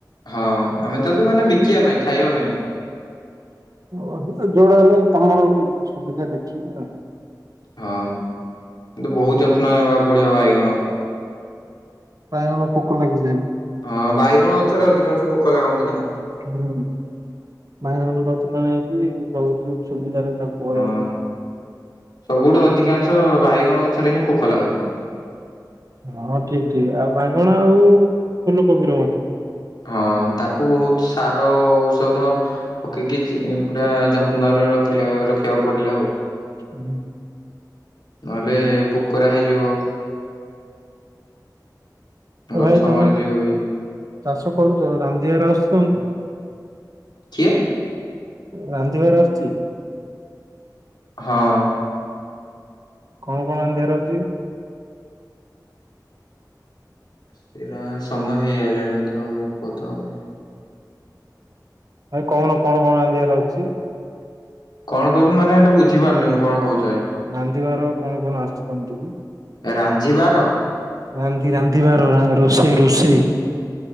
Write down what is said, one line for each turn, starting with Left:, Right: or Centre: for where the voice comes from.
Left: ହଁ ଆମେ ତ ତ ମାନେ ବିକିବା ପାଇଁ ଖାଇବା ପାଇଁ ନୁହଁ।
Right: ଓ ଯୋଉଡା ହେଲେ ତମର ସୁ ସୁବିଧା ଦେଖିକି ଆଉ।
Left: ହଁ କିନ୍ତୁ ବହୁତ ଯତ୍ନ ନବାକୁ ପଡିବ ବାଇଗଣ
Right: ବାଇଗଣ ପୋକ ଲାଗିଯାଏ।
Left: ହଁ ବାଇଗଣ ଗଛରେ ଅଧିକାଂଶ ପୋକ ଲାଗନ୍ତି ନା।
Right: ହୁଁ ଵାଇଗଣ ଗଛ ପାଇଁ ବି ବହୁତ୍ ସୁବିଧାରେ ତାଙ୍କୁ କହିବାକୁ
Left: ହଁ।
Right: ପଡିବ।
Left: ସବୁଠୁ ଅଧିକାଂଶ ବାଇଗଣ ଗଛରେ ହିଁ ପୋକ ଲାଗନ୍ତି।
Right: ହଁ ଠିକ୍ ଠିକ୍ ଆଉ ବାଇଗଣ ଆଉ ଫୁଲୁକୋବିର ମଧ୍ୟ।
Left: ହଁ ତାକୁ ବହୁତ୍ ସାର ଓ ଔଷଧ ପକେଇକି ଚି ପୁରା ଯତ୍ନରେ ରଖି-ରଖିବାକୁ ପଡିଲା ଆଉ।
Right: ହୁଁ
Left: ନଏଲେ ପୋକରା ହେଇଯିବ। ଗଛ
Right: ଆରେ ଭାଇ ତମେ
Left: ମରିଯିବ ବି।
Right: ଚାଷ କରୁଚ, ରାମ <unintelligible> ଆସୁଚନ୍ତି।
Left: କିଏ?
Right: ରାନ୍ଧିବାର ଆସୁଛି।
Left: ହଁ।
Right: କଣ କଣ ରାନ୍ଧିବାର ଆଉଚି?
Left: ସେଇଟା ସମୟ ହେଇ ଆଇଲାଣି ବୋଧେ ଆଉ ଅଳ୍ପ ତ ଆଉ।
Right: ଭାଇ କଣ କଣ କଣ ରାନ୍ଧିଆର ଆଉଚି?
Left: କଣ କହୁଚୁ ମାନେ ଏଇଟା ବୁଝି ପାରୁନି ମୁଁ କଣ କହୁ
Right: ରାନ୍ଧିବାର କଣ କଣ ଆସୁଛି? <unintelligible>
Left: ରାଞ୍ଜିବାର।
Right: ରାନ୍ଧି ରାନ୍ଧିବାର ରା ରୋଷେଇ ରୋଷେଇ।